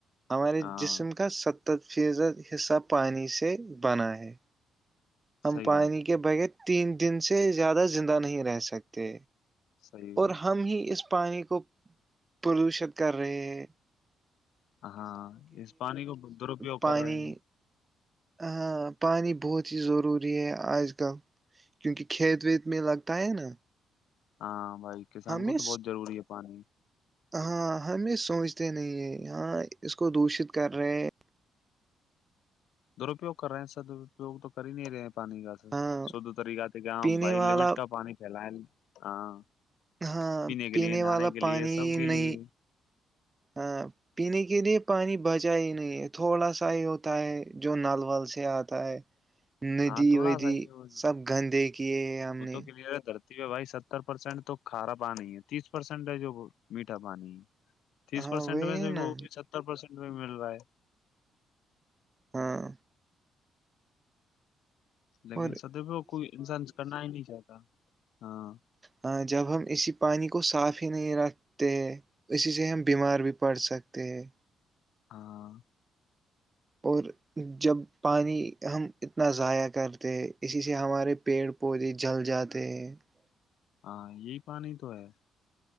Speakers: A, on the right; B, on the left.
A: ہمارے
B: ہاں
A: جسم کا سب ت فیضد حصہ پانی سے بن ہے ہم
B: صحیح
A: پانی
B: بات
A: کے بغیر تین دن سے زیادہ زندہ نہیں رہ سکتے
B: صحیح
A: اور ہم ہی اس پانی کو پلوشت کر رہے ہے
B: ہاں اس پانی کو درپیوگ
A: پانی
B: کر رہے ہیں
A: ہاں پانی بہت ہی ضروری ہے آج کل کیونکہ کھیت ویت میں لگتا ہے نا
B: ہاں بھائی کسان
A: ہمیں
B: کو تو بہت ضروری ہے پانی
A: ہاں ہم یہ سوچتے نہیں ہے ہاں اس کو دوشت کر رہے ہیں
B: درپیوگ کر رہے ہیں سرپیگ تو کر ہی نہیں رہے ہیں پانی کا س
A: ہاں
B: شھ طریقہ سے کہاں
A: پینے
B: بھائی
A: والا
B: لمٹ کا پانی پھیلائ ہاں
A: ہاں
B: کے
A: پینے
B: لیے نہانے
A: والا
B: کے لیے
A: پانی
B: سب کے لیے
A: نہیں ہاں پینے کے لیے پانی بچا ہی نہیں ہے تھوڑا سا ہی ہوتا ہے جو نل ول سے آتا ہے ندی
B: ہاں تھوڑا
A: ودی
B: سا ہی ہو وہ
A: سب گندے کیے ہیں ہم
B: وہ
A: نے
B: تو کلیئر ہے دھرتی بھائی ستر پرسینٹ تو کھارا پانی ہے تیس پرسینٹ ہے جو میٹھا پانی ہے تیس
A: ہاں
B: پرسینٹ
A: وہی
B: میں
A: ہے
B: سے
A: نا
B: وہ بھی ستر پرسینٹ بھی مل رہا ہے
A: ہاں
B: لیکن
A: اور
B: سدووں کوئی انسان کرنا ہی نہیں چاہتا ہاں
A: ہاں جب ہم اسی پانی کو صاف <unintelligible> نہیں رکھتے اسی سے ہم بیمار بھی پڑ سکتے ہیں <unintelligible>
B: ہاں <unintelligible>
A: اور جب پانی ہم اتنا ضائع کرتے ہیں اسی سے ہمارے پیڑ پودے جل جاتے ہیں <unintelligible>
B: ہاں یہی پانی تو ہے <unintelligible>